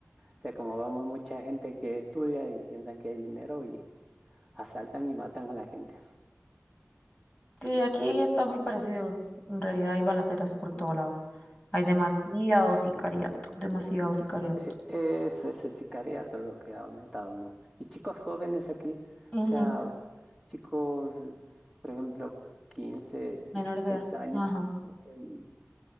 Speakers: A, in the centre; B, on the left.
A: o sea, como vamos mucha gente que estudia y piensan que hay dinero y asaltan y matan a la gente.
B: Sí, aquí está muy parecido. En realidad hay balaceras por todo lado. Hay demasiado sicariato, demasiado sicariato.
A: E- Eso es el sicariato, veo que ha aumentado, ¿no? Y chicos jóvenes aquí, o
B: Ujú,
A: sea, chicos, por ejemplo, 15,
B: menor
A: 16
B: de edad.
A: años,
B: Ajá.
A: eh, y,